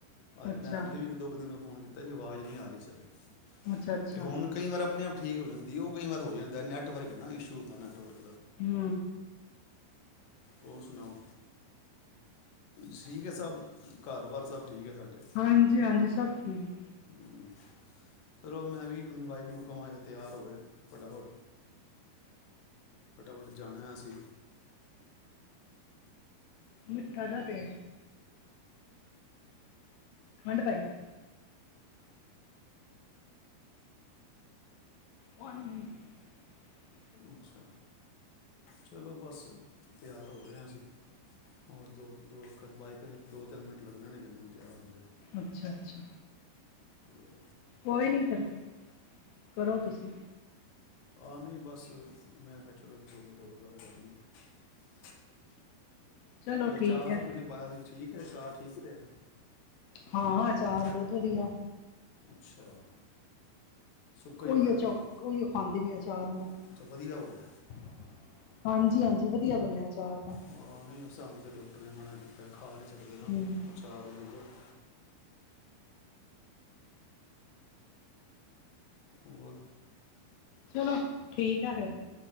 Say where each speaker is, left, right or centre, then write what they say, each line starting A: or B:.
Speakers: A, on the left; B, on the left.
A: ਅੱਜ
B: ਅੱਛਾ
A: ਮੈਂ ਅੱਗੇ ਵੀ ਇੱਕ ਦੋ ਬੰਦੇ ਨੂੰ ਫੋਨ ਕੀਤ ਤੇ ਜੋ ਆਵਾਜ਼ ਨੀਂ ਆ ਰੀ ਸਹੀ।
B: ਅੱਛਾ ਅੱਛਾ
A: ਤੇ ਹੁਣ ਕਈ ਵਾਰ ਅਪਣੇ ਆਪ ਠੀਕ ਹੋ ਜਾਂਦ ਦੀ ਉਹ ਕਈ ਵਾਰ ਹੋ ਜਾਂਦਾ, ਨੈਟਵਰਕ ਏ ਨਾ, ਇਸ਼ੂ ਹੁੰਦਾ ਨੈੱਟਵਰਕ
B: ਹੂੰ
A: ਹੋਰ ਸੁਣਾਓ, ਸੀਕ ਹੈ ਸਭ ਘਰ- ਬਾਰ ਸਭ। ਠੀਕ ਹੈ ਸਾਡੇ
B: ਹਾਂਜੀ ਹਾਂਜੀ ਸਭ ਠੀਕ।
A: ਹਮ। ਚਲੋ ਮੈਂ ਵੀ ਆਪਣੀ ਵਾਈਫ ਨੂੰ ਕਵਾਂ, ਤਿਆਰ ਹੋਵੇ ਫਟਾਫਟ ਫਟਾਫਟ ਜਾਣਾ ਅਸੀਂ।
B: ਮਿੱਠਾ ਜ ਤੇ। ਖੰਡ ਪਾਈ ਆ। ਹਨ। <inaudible>
A: ਅੱਛਾ। ਚਲੋ ਬਸ ਤਿਆਰ ਹੋ ਰਹੇ ਹਾਂ ਅਸੀਂ, ਹੋਰ ਦੋ ਦੋ ਕ ਬਾਈ ਕਦੇ ਦੋ ਤਿੰਨ ਮਿੰਟ ਲੱਗਣੇ ਨੇ ਜ ਮੈਨ ਤਿਆਰ ਹੁੰਦੇ ਹੋਣ।
B: ਅੱਛਾ-ਅੱਛਾ!
A: ਹੂੰ
B: ਕੋਈ ਨੀ ਫਿਰ। ਕਰੋ ਤੁਸੀਂ।
A: ਅ ਨਹੀਂ ਬਸ ਮੈਂ ਕਿਹਾ, ਚਲੋ ਇੱਕ ਦੋ ਮਿੰਟ ਉਰੇ ਗੱਲ ਕਰ ਲਈ ਹੈ।
B: ਚਲੋ ਠੀਕ
A: ਚਾਰ
B: ਹੈ
A: ਤੁਸੀਂ ਪਾਇਆ ਸੀ ਠੀਕ। ਮੈ ਕਿਹਾ ਅਚਾਰ ਠੀਕ ਪਿਆ?
B: ਹਾਂ
A: ਪਾਇਆ
B: ਅਚਾਰ
A: ਸੀ
B: ਬਹੁਤ ਵਧੀਆ।
A: ਅੱਛਾ ਸੁੱਕਾ ਹੀ
B: ਹੋਇਓ
A: ਪਾਇਆ
B: ਚ
A: ਸੀ
B: ਹੋਈਓ ਖਾਂਦੀ ਵੀੈਂ ਆਚਾਰ ਮੈਂ। <unintelligible>
A: ਅੱਛਾ ਵਧੀਆ ਹੋ ਗਿਆ
B: ਹਾਂਜੀ ਹਾਂਜੀ ਵਧੀਆ ਬਣਿਆ। ਅਚਾਰ ਤਾਂ
A: ਆਹ ਨਹੀਂ ਸਮਝ ਡੋ। ਨੇ ਮਨਾ ਕੀਤਾ ਖਾ ਨਹੀ ਸਕਦਾ।
B: ਹੂੰ
A: ਅਛਾੜ ਜ਼ੂਰ। <inaudible> ਹੋਰ।
B: ਚਲੋ ਠੀਕ ਆ ਫੇਰ।